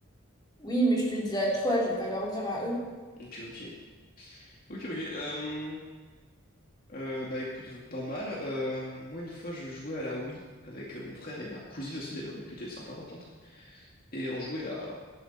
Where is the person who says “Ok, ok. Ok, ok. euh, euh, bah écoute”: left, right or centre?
Left